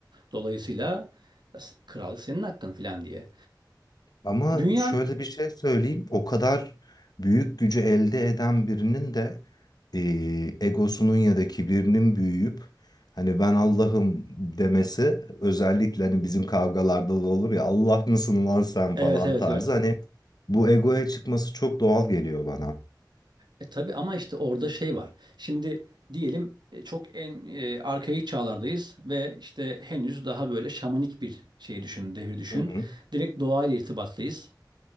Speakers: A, on the right; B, on the left.
A: Dolayısıyla s- krallık senin hakkın filan diye.
B: Ama
A: Dünyan
B: şöyle bir şey söyleyeyim. O kadar büyük gücü elde eden birinin de eee, egosunun ya da kibirinin büyüyüp hani ben Allah'ım demesi özellikle hani bizim kavgalarda da olur ya Allah mısın lan sen
A: evet
B: falan
A: evet
B: tarzı
A: evet.
B: hani bu egoya çıkması çok doğal geliyor bana.
A: E tabii ama işte orada şey var. Şimdi diyelim e, çok en e, arkaik çağlardayız ve işte henüz daha böyle şamanik bir şey düşün, devir düşün.
B: Hı hı.
A: Direkt doğayla irtibattayız.